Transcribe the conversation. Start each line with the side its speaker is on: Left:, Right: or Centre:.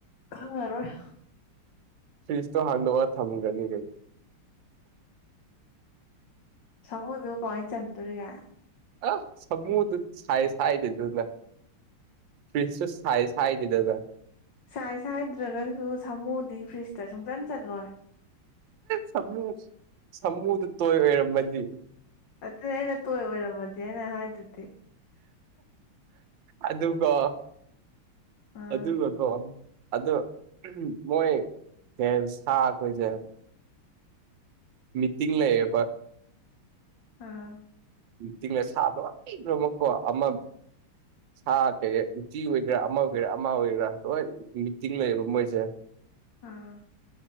Left: ꯈꯪꯉꯔꯣꯏ
Right: ꯐꯤꯁꯇ ꯍꯥꯟꯗꯣꯋꯥꯔ ꯊꯃꯒꯅꯤ ꯀꯩ
Left: ꯁꯃꯣꯗꯨ ꯀꯣꯏꯁ ꯇꯔꯤꯒ
Right: ꯑ ꯁꯃꯨ ꯊ ꯁ ꯁꯥꯏ ꯂ ꯐꯔꯤꯁꯁꯨ ꯁꯥꯏꯁ ꯍꯥꯏꯗꯦꯗꯅ
Left: ꯁꯥꯏꯁ ꯍꯥꯏꯗ꯭ꯔꯒꯁꯨ ꯁꯥꯃꯨꯗꯤ ꯐ꯭ꯔꯤꯖꯇ ꯁꯨꯡꯆꯟ ꯆꯜꯂꯣꯏ
Right: ꯁꯃꯨ ꯁꯃꯨꯗꯨ ꯇꯣꯏ ꯑꯣꯏꯔꯝꯃꯗꯤ
Left: ꯑꯗꯨꯗꯤ ꯑꯩꯅ ꯇꯣꯏ ꯑꯣꯏꯔꯝꯃꯗꯤ ꯑꯩꯅ ꯍꯥꯏꯗꯨꯗꯤ
Right: ꯑꯗꯨꯒ
Left: ꯑꯥ
Right: ꯑꯗꯨꯒꯀꯣ ꯑꯗꯨ ꯃꯣꯏ <inaudible> ꯁꯥ ꯑꯩꯈꫭꯏꯁꯦ ꯃꯤꯇꯤꯡ ꯂꯩꯌꯦꯕ
Left: ꯑꯥ
Right: ꯃꯤꯡꯇꯤꯡꯗ ꯃꯁꯥ ꯂꯣꯏꯅꯃꯛꯀꯣ ꯑꯃ ꯁꯥ ꯀꯩ ꯎꯆꯤ ꯑꯣꯏꯒꯦꯔꯥ ꯑꯃ ꯑꯣꯏꯒꯦꯔꯥ ꯑꯃ ꯑꯣꯏꯒꯦꯔꯥ ꯂꯣꯏ ꯃꯤꯇꯤꯡ ꯂꯩꯩꯌꯦꯕ ꯃꯣꯏꯁꯦ
Left: ꯑꯥ